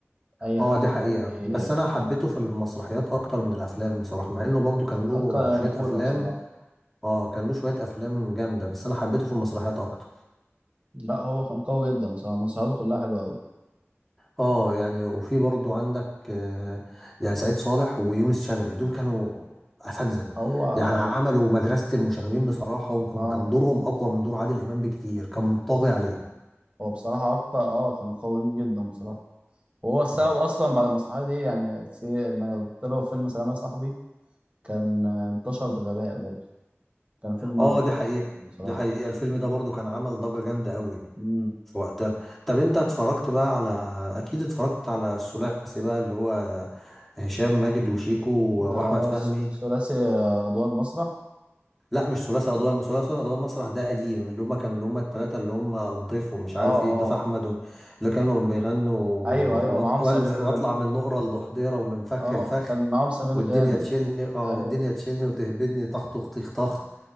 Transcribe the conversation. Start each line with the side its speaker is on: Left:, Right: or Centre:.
Right: أي
Centre: اه
Right: حد
Centre: دي حقيقه
Right: يعني
Centre: بس انا حبيته في المسرحيات اكتر من الافلام بصراحه مع انه برضه كان
Right: مساعدته
Centre: له
Right: كان أيقونة
Centre: شويه افلام
Right: بصراحة
Centre: اه كان له شويه افلام جامده بس انا حبيته في المسرحيات اكتر
Right: لا هو كان قوي جدا بصراحة مساعدته كلها حلوة أوي
Centre: اه يعني وفي برضو عندك آه، يعني سعيد صالح ويونس شلبي دول كانوا اساتذه
Right: هو
Centre: يعني عملوا
Right: ال-
Centre: مدرسه المشاغبين بصراحه ويمكن
Right: اه
Centre: كان دورهم اقوى من دور عادل امام بكتير كان طاغي عليه
Right: هو بصراحة أكتر اه كانوا قويين جدا بصراحة وهو السبب
Centre: اه
Right: أصلا بعد المسرحية دي يعني في لما طلعوا فيلم سلام يا صاحبي كان آه، انتشر بغباء برضه كان فيلم
Centre: اه دي حقيقه
Right: بصراحة
Centre: دي حقيقه الفيلم ده برضو كان عمل ضجه جامده قوي
Right: مم.
Centre: في وقتها طب انت اتفرجت بقى على اكيد اتفرجت على الثلاثي بقى اللي هو هشام ماجد وشيكو
Right: ده
Centre: واحمد فهمي
Right: ث- ثلاثي آه، أدوار مسرح
Centre: لا مش ثلاثي أضواء المسرح ثلاثي أضواء المسرح ده قديم اللي هما كانوا اللي هما التلاتة اللي هما الضيف ومش عارف
Right: اه
Centre: ايه الضيف
Right: اه
Centre: أحمد و- اللي كانوا بيغنوا
Right: أيوه أيوه
Centre: وأط-
Right: معاهم
Centre: وأنز-
Right: سمير
Centre: وأطلع من نقرة لضحضيرة ومن فخ
Right: اه
Centre: لفخ
Right: كان معاهم سمير
Centre: والدنيا
Right: غانم
Centre: تشيلني اه
Right: أيوه
Centre: والدنيا تشيلني وتهبدني طخ طخ طخ طخ